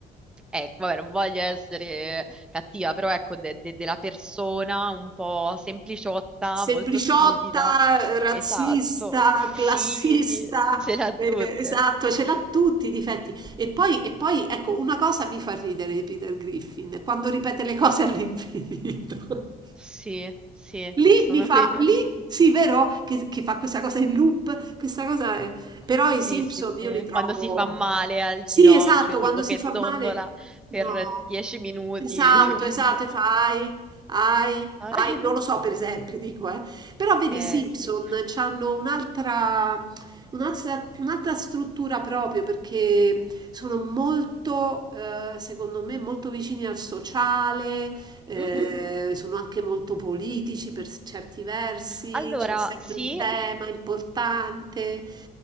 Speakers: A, in the centre; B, on the right.
A: Eh, vabbè, non voglio essere cattiva, però ecco, de- de- della persona un po' sempliciotta,
B: Sempliciotta,
A: molto stupida.
B: razzista,
A: Esatto, <laughs> sì,
B: classista,
A: sì, ce l'ha
B: eh,
A: tutte.
B: esatto, ce l'ha tutti i difetti. E poi, e poi, ecco, una cosa mi fa ridere di Peter Griffin, quando ripete le cose all'infinito. <laughs>
A: Sì, sì,
B: Lì
A: ci sono
B: mi fa
A: quei pezzi.
B: lì
A: <laughs>
B: sì, vero? Che che fa questa cosa in
A: Sì.
B: loop, questa cosa è però
A: Sì,
B: i Simpson
A: sì, sì,
B: io li trovo
A: quando si fa male al
B: sì,
A: ginocchio,
B: esatto,
A: tipo
B: quando si
A: che
B: fa
A: dondola
B: male no.
A: per dieci minuti.
B: Esatto,
A: <laughs>
B: esatto, e fa "Ahi, ahi,
A: tipo-
B: ahi",
A: <laughs>
B: non lo so per esempio, dico, eh. Però vedi
A: Eh
B: i Simpson
A: sì.
B: c'hanno un'altra un'altra un'altra struttura proprio perché sono molto, ehm, secondo me molto vicini al sociale, eh,
A: Mhm.
B: sono anche molto politici per s- certi versi,
A: Allora,
B: c'è sempre
A: sì,
B: un tema importante,